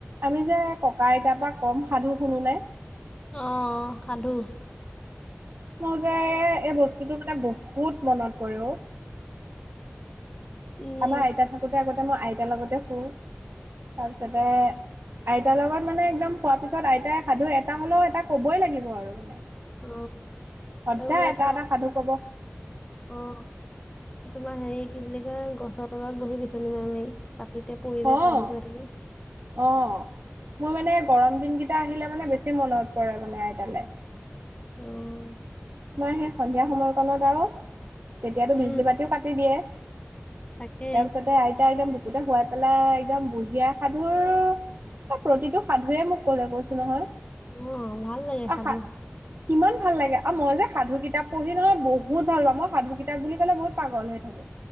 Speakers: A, on the right; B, on the left.
A: আমি যে ককা-আইতাৰ পৰা কম সাধু শুনো নে।
B: আহ সাধু
A: মই যে এই বস্তুটো মানে বহুত মনত পৰে
B: উম
A: আমাৰ আইতা থাকোতে আগতে মই আইতাৰ লগতে শুওঁ তাৰপিছতে আইতা একে লগত মানে একদম শুৱা পিছত আইতাই সাধু এটা হ'লেও এটা ক'বই লাগিব আৰু মানে
B: অ
A: সদায়
B: আৰু মানে
A: এটা
B: তোমাৰ
A: এটা সাধু কব
B: অ তোমাৰ হেৰি কি বুলি কয় গছৰ তলত বহি বিচনি মাৰি মাৰি, পাতিতে পৰি যে
A: অ'।
B: খালো গৈ
A: অ', মোৰ মানে গৰম দিন কেইটা আহিলে মানে বেছি মনত পৰে মানে আইতালে,
B: অহ
A: তোমাৰ সেই সন্ধিয়া সময়কণ আৰু তেতিয়াতো
B: উম
A: বিজলী বাতিও কাটি দিয়ে
B: তাকে
A: তাৰ পিছতে আইতা একদম বুকুতে শুৱাই পেলাই একদম বুঢ়ী আই সাধুৰ, প্ৰতিটো সাধুৱে মোক কলে কৈছো নহয়
B: অ', ভাল লাগে
A: আৰু
B: সাধু
A: সা কিমান ভাল লাগে? অ', মই যে সাধু কিতাপ পঢ়ি নহয় বহুত ভাল পাওঁ, মই সাধু কিতাপ বুলি ক'লে বহুত পাগল হৈ থাকো।